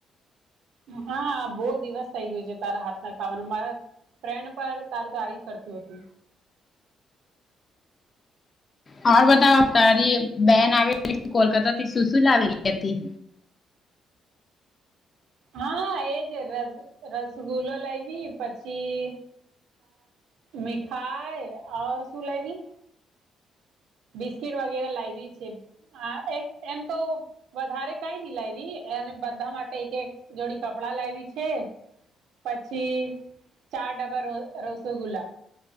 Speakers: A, on the right; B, on the left.
A: હા બહુ દિવસ થઇ ગયું છે તારા હાથ ના ખાવાનું મારા ફ્રેન્ડ પણ તારું તારીફ કરતું હતું
B: હ બતા તારી બેન આવેલી કોલકાતા થી સુશુ લાવેલી હતી
A: હા એજ રસ રસગુલ્લો લાવી પછી મિઠાઈ ઔ સુું લવી બિસ્કીટ વગેરે લાવવી છે. હા એક એમ તો વધારે કઈ નઈ લાવવી અને બધા માટે એક એક જોડી કપડાં લાવી છે. પછી ચાર ડબા રસોગુલ્લા